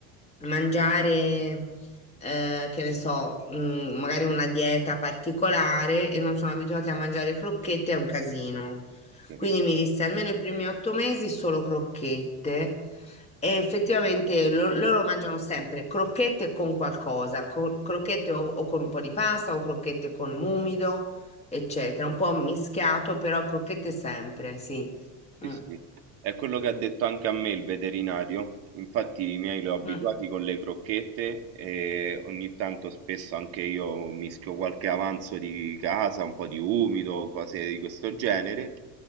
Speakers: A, on the left; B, on the right.
A: mangiare, eh, che ne so, mm, magari una dieta particolare e non sono abituati a mangiare crocchette, è un casino.
B: ho capito.
A: Quindi mi disse almeno i primi otto mesi solo crocchette. E effettivamente lo- loro mangiano sempre crocchette con qualcosa, co- crocchette o, o con un po' di pasta o crocchette con l'umido, eccetera. Un po' mischiato, però crocchette sempre, sì.
B: Sì,
A: Mm.
B: sì. È quello che ha detto anche a me il veterinario. Infatti i miei li ho abituati
A: Mm.
B: con le crocchette e ogni tanto spesso anche io mischio qualche avanzo di casa, un po' di umido, cose di questo genere.